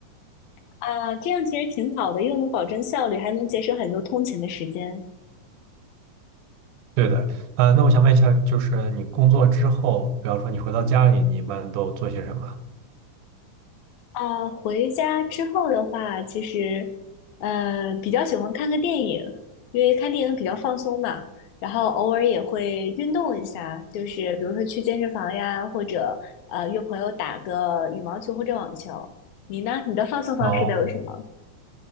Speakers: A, on the left; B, on the right.
A: 啊，这样其实挺好的，又能保证效率，还能节省很多通勤的时间。
B: 对的，呃，那我想问一下，就是你工作之后，比方说你回到家里，你一般都做些什么？
A: 啊，回家之后的话，其实，呃，比较喜欢看个电影，因为看电影比较放松嘛。然后偶尔也会运动一下，就是比如说去健身房呀，或者呃约朋友打个羽毛球或者网球。你呢？你的放松方式都有什么？
B: 哦，